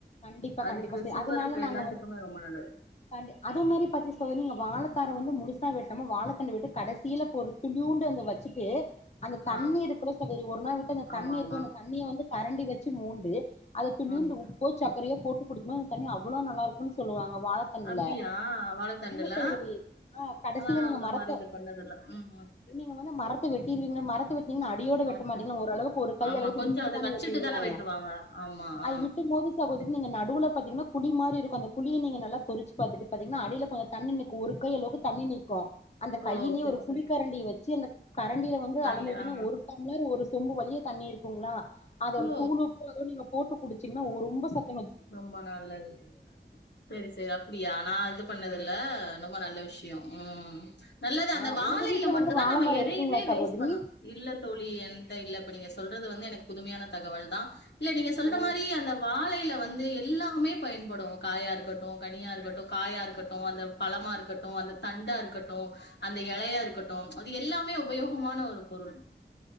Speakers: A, on the left; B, on the left.
A: கண்டிப்பா
B: அதுக்கு
A: கண்டிப்பா செரி
B: சுகருக்கு
A: அதுனால நாங்க
B: எல்லாத்துக்குமே
A: வந்து
B: ரொம்ப நல்லது
A: தண்டு அத மாரி பாத்து செய்லைங்க வா வாழத்தார வந்து முழுசா வெட்டாம வாழத்தண்ட விட்டு கடசீல இப்ப ஒரு துளியூண்டு அங்க வச்சுட்டு அந்த தண்ணி
B: ஆ
A: இருக்குல சகோதரி ஒரு நாள் விட்டு அந்த
B: ஆமா
A: தண்ணி இருக்குல
B: ஆமா
A: அந்த தண்ணிய வந்து கரண்டி வச்சு மோண்டு அத துளியுண்டு
B: ம்
A: உப் புக்கரிய போட்டு குடிக்ணு அந்த தண்ணி அவ்வளோ நல்லாருக்குன் சொல்லுவாங்க வாழத்தண்டுல
B: அப்டியா வாழைத்தண்டுல
A: ஆமா சகோதரி ஆ கடைசியா
B: ஆனா
A: நீங்க
B: அந்த
A: மடக்க
B: மாரி இது பண்ணதில்ல ம் ம்
A: நீங்க வந்து மரத்த வெட்டீருவீங்க மரத்த வெட்டீணீங்கனா அடியோட
B: மத்த
A: வெட்ட மாட்டீங்களா ஒரளவுக்கு ஒரு கை
B: ஆமா
A: அளவுக்கு
B: கொஞ்சோ
A: வுட்டுத்
B: அத
A: தானே
B: வச்சுட்டு
A: வெட்டுவீங்க
B: தான வெட்டுவாங்க ஆமா
A: <unintelligible>
B: ஆ
A: அது விட்டும்போது இல்ல சகோதரி நீங்க நடுவுல பாத்தீங்கன்னா குழி மாரி இருக்கும் அந்த குழிய நீங்க நல்லா பொறிச்சு பாத்துட்டு பாத்தீங்கன்னா அடியில கொஞ்சம் தண்ணி நிக்கும் ஒரு கை அளவுக்கு தண்ணி நிக்கும் அந்த
B: ஓ
A: கையிலேயே
B: செரி செரி
A: குழி கரண்டி வச்சு சி அந்த கரண்டில வந்து
B: கர்ல
A: அளந்து வச்ச
B: ஆ
A: ஒரு டம்ளர் ஒரு சொம்பு வழிய தண்ணீர் எடுத் போவங்களா அது ஒரு
B: ஓ
A: தூள் உப்பு அத நீங்க போட்டு குடிச்சீங்கன்னா ரொம்ப சத்து
B: ரொம்ப நல்லது சரி சரி அப்பிடியா நான் இது பண்ணது இல்ல ரொம்ப நல்லது விஷயம் ம் நல்லது அந்த
A: ஆ
B: வாழையில
A: உங்க வீட்ல
B: மட்டும்
A: வந்து
B: தான்
A: வாழ
B: நம்ம
A: மரோ
B: எதையுமே
A: இருக்குங்களா
B: வேஸ்ட்
A: சகோதரி
B: பண்ணும் இல்ல தோழி என்ட இல்லப்ப நீங்க சொல்றது வந்து எனக்கு புதுமையான தகவல் தான் இல்ல நீங்க சொல்ற
A: ஓ
B: மாரி அந்த வாழையில வந்து வந்து எல்லாமே பயன்படும் காயா இருக்கட்டும் கனியா இருக்கட்டும் காயா இருக்கட்டும் அந்த பழமா இருக்கட்டும் அந்த அந்த தண்டா இருக்கட்டும் அந்த எலையா இருக்கட்டும் அது எல்லாமே உபயோகமான ஒரு பொருள் <inaudible>